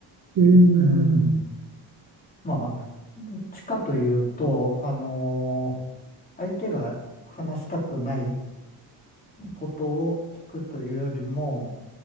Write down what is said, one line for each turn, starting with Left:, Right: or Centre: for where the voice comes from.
Right: うーん、
Left: うん。まあ、どっちかというと、あのー相手が話したくないことを聞くというよりも、